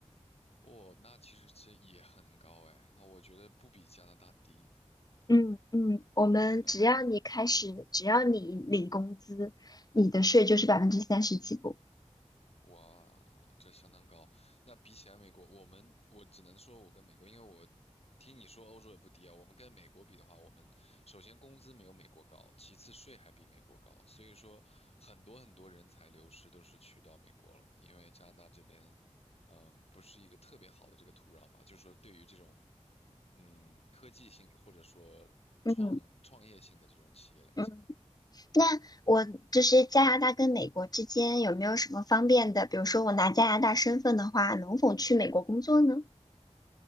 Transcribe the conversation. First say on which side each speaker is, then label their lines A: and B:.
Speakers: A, on the left; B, on the left.
A: 哦，那其实这也很高哎，那我觉得不比加拿大低，
B: 嗯嗯，我们只要你开始，
A: 真的。
B: 只要你领工资，你的税就是百分之三十起步。
A: 哇，这相当高。那比起来，美国，我们我只能说，我跟美国，因为我听你说欧洲也不低啊。我们跟美国比的话，我们首先工资没有美国高，其次税还比美国高，所以说很多很多人才流失都是去到美国了，因为加拿大这边，嗯，不是一个特别好的这个土壤吧，就是说对于这种嗯科技性或者说创创业性的这种企业来讲。
B: 嗯嗯。那我就是加拿大跟美国之间有没有什么方便的？比如说我拿加拿大身份的话，能否去美国工作呢？